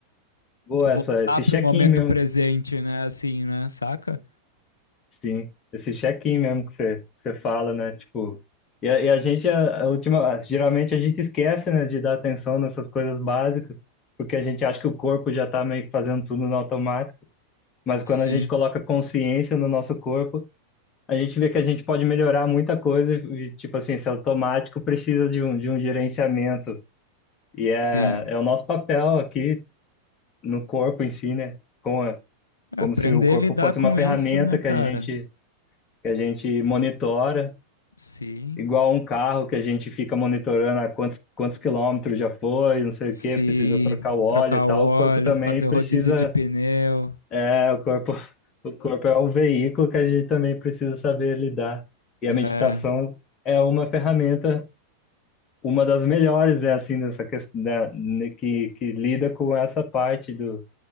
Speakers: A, on the left; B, on the left.
A: Boa,
B: a voltar
A: essa, esse check-in
B: pro momento
A: mesmo.
B: presente, né, assim, né, saca?
A: Sim, esse check-in mesmo que você, que você fala, né? Tipo, e a, e a gente, a, a última, geralmente a gente esquece, né, de dar atenção nessas coisas básicas, porque a gente acha que o corpo já tá meio que fazendo tudo no automático, mas quando
B: Sim.
A: a gente coloca consciência no nosso corpo, a gente vê que a gente pode melhorar muita coisa e, tipo assim, esse automático precisa de um, de um gerenciamento. E é,
B: Sim.
A: é o nosso papel aqui no corpo em si, né? Com a-
B: É,
A: como
B: Aprender
A: se o corpo
B: a lidar
A: fosse
B: com
A: uma ferramenta
B: isso, né,
A: que
B: cara?
A: a gente, que a gente monitora,
B: Sim.
A: igual um carro que a gente fica monitorando a quantos, quantos quilômetros já foi, não sei
B: Sim.
A: o quê, precisa trocar o óleo
B: Trocar
A: e tal.
B: o óleo,
A: O corpo também
B: fazer
A: precisa,
B: o rodízio de pneu.
A: é, o corpo, <laughs> o corpo é um veículo que a gente também precisa saber lidar. E a meditação
B: É,
A: é uma ferramenta, uma das melhores, né, assim, dessa questão, da, né, que, que lida com essa parte do